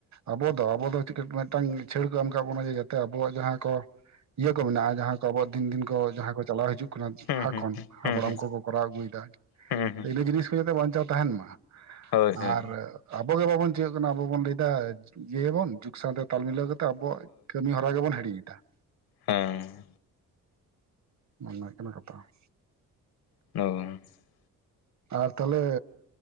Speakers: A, on the right; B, on the left.
A: ᱟᱵᱚ ᱫᱚ ᱟᱵᱚ ᱫᱚ ᱪᱤᱠᱟ ᱢᱤᱫᱴᱟᱝ ᱪᱷᱟᱹᱲ ᱠᱚ ᱮᱢ ᱠᱟᱜ ᱵᱚᱱᱟ ᱡᱮ ᱡᱟᱛᱮ ᱟᱵᱚᱣᱟᱜ ᱡᱟᱦᱟᱸ ᱠᱚ ᱤᱭᱟᱹ ᱠᱚ ᱢᱮᱱᱟᱜ-ᱟ ᱡᱟᱦᱟᱸ ᱠᱚ ᱟᱵᱚᱣᱟᱜ ᱫᱤᱱ ᱫᱤᱱ ᱠᱚ ᱡᱟᱦᱟᱸ ᱠᱚ ᱪᱟᱞᱟᱣ ᱦᱤᱡᱩᱜ ᱠᱟᱱᱟ ᱞᱟᱦᱟ
B: ᱦᱮᱸ ᱦᱩᱸ ᱦᱩᱸ
A: ᱠᱷᱚᱱ
B: ᱦᱩᱸ
A: ᱦᱟᱯᱲᱟᱢ
B: ᱦᱩᱸ ᱦᱩᱸ
A: ᱠᱚ ᱠᱚᱨᱟᱣ ᱟᱹᱜᱩᱭ ᱮᱫᱟ ᱾
B: ᱦᱩᱸ ᱦᱩᱸ
A: <inaudible> ᱤᱱᱟᱹ ᱡᱤᱱᱤᱥ ᱠᱚ ᱡᱟᱛᱮ ᱵᱟᱧᱪᱟᱣ ᱛᱟᱦᱮᱱ ᱢᱟ
B: ᱦᱳᱭ ᱦᱳᱭ
A: ᱟᱨ ᱟᱵᱚ ᱜᱮ ᱵᱟᱵᱚᱱ ᱪᱤᱠᱟᱹᱜ ᱠᱟᱱᱟ, ᱟᱵᱚ ᱵᱚᱱ ᱞᱟᱹᱭ ᱮᱫᱟ ᱤᱭᱟᱹᱭᱟᱵᱚᱱ ᱡᱩᱜᱽ ᱥᱟᱶᱛᱮ ᱛᱟᱞ ᱢᱤᱞᱟᱹᱣ ᱠᱟ ᱟᱵᱚᱣᱟᱜ ᱠᱟᱹᱢᱤ ᱦᱚᱨᱟ ᱜᱮᱵᱚᱱ ᱦᱤᱲᱤᱧ ᱮᱫᱟ ᱾
B: ᱦᱮᱸᱻ
A: ᱚᱱᱟ ᱦᱩᱭᱩᱜ ᱠᱟᱱᱟ ᱠᱟᱛᱷᱟ ᱾
B: <unintelligible>
A: ᱟᱨ ᱛᱟᱦᱚᱞᱮᱻ